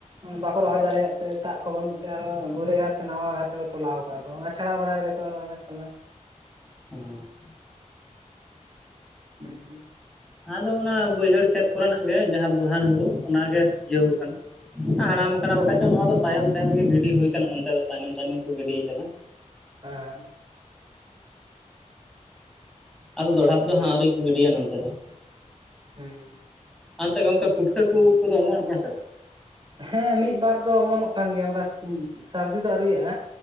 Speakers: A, on the right; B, in the centre.
A: ᱵᱟᱠᱚ ᱨᱚᱦᱚᱭ ᱫᱟᱲᱮᱭᱟᱜ ᱛᱮ ᱫᱟᱜ ᱠᱚ ᱵᱟᱹᱱᱩᱜ ᱛᱮ ᱟᱨᱚ ᱜᱷᱩᱨᱮ ᱜᱟᱨ ᱛᱮ ᱱᱟᱣᱟ ᱜᱷᱟᱨᱛᱮ ᱠᱚ ᱛᱚᱞᱟᱣ ᱟᱠᱟᱫ ᱠᱚ, ᱟᱪᱷᱟᱲᱟ ᱵᱟᱲᱟᱭ ᱫᱟᱠᱚ ᱟᱨᱚ ᱟᱫᱮᱠ ᱠᱚᱫᱚ ᱾
B: ᱦᱩᱸ ᱾
A: <unintelligible>
B: ᱟᱫᱚ ᱚᱱᱟ ᱵᱟᱹᱭᱦᱟᱹᱲ ᱠᱷᱮᱛ ᱠᱚᱨᱮᱱᱟᱜ ᱜᱮ ᱡᱟᱦᱟᱸ ᱵᱚᱲᱦᱟᱱ ᱦᱩᱲᱩ ᱚᱱᱟ ᱜᱮ ᱤᱭᱟᱹᱣ ᱟᱠᱟᱱᱟ ᱾ ᱦᱟᱲᱟᱢ ᱟᱠᱟᱱᱟ ᱾ ᱦᱚᱭᱛᱳ ᱱᱚᱣᱟ ᱫᱚ ᱛᱟᱭᱚᱢ ᱛᱟᱭᱱᱚᱢ ᱜᱮ ᱜᱤᱰᱤ ᱦᱳᱭ ᱠᱟᱱᱟ ᱱᱚᱱᱛᱮ ᱫᱚ ᱛᱟᱭᱱᱚᱢ ᱛᱟᱭᱱᱚᱢ ᱜᱮ ᱠᱩ ᱜᱤᱰᱤ ᱟᱠᱟᱫᱟ ᱾
A: ᱦᱮᱸ ᱾
B: ᱟᱫᱚ ᱫᱚᱲᱦᱟ
A: ᱦᱮᱸ ᱟᱪᱪᱷᱟ
B: ᱛᱮ ᱫᱚ ᱦᱟᱸᱜ ᱟᱹᱣᱨᱤ ᱠᱚ ᱜᱤᱰᱤᱭᱟ ᱱᱚᱱᱛᱮ ᱫᱚ ᱾
A: ᱦᱩᱸ ᱾
B: ᱟᱨ ᱚᱱᱛᱮ ᱜᱚᱝᱠᱮ ᱯᱩᱴᱠᱟᱹ ᱠᱩ ᱩᱫ ᱠᱚᱫᱚ ᱚᱢᱚᱱᱚᱜ ᱠᱟᱱᱟ ᱥᱮ ᱵᱟᱝ?
A: ᱦᱮᱸ ᱢᱤᱫ ᱵᱟᱨ ᱫᱚ ᱚᱢᱚᱱᱚᱜ ᱠᱟᱱ ᱜᱮᱭᱟ, ᱱᱚᱠᱟ ᱥᱟᱹᱨᱫᱤ ᱫᱚ ᱟᱹᱣᱨᱤᱭᱟᱜᱼᱟ